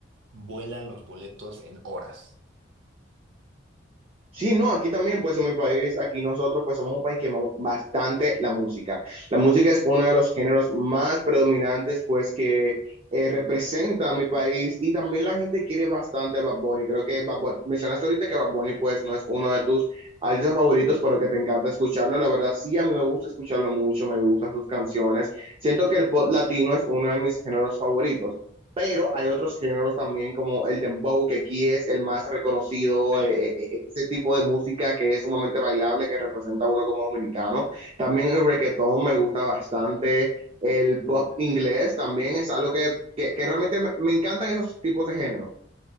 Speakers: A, on the right; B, on the right.
A: vuelan los boletos en horas.
B: Sí, no, aquí también, pues en mi país, aquí nosotros, pues somos un país que amamos bastante la música. La música es uno de los géneros más predominantes, pues que eh, representa a mi país y también la gente quiere bastante a Bad Bunny. Creo que Bad Bunny- mencionaste ahorita que Bad Bunny, pues no es uno de tus artistas favoritos, pero que te encanta escucharlo. La verdad, sí, a mí me gusta escucharlo mucho, me gustan sus canciones. Siento que el pop latino es uno de mis géneros favoritos pero hay otros géneros también como el dembow, que aquí es el más reconocido,
A: Sí.
B: eh, eh, eh, ese tipo de música que es sumamente bailable, que representa a uno como dominicano. También el reggaetón me gusta bastante, el pop inglés también es algo que, que, que realmente me, me encantan esos tipos de géneros.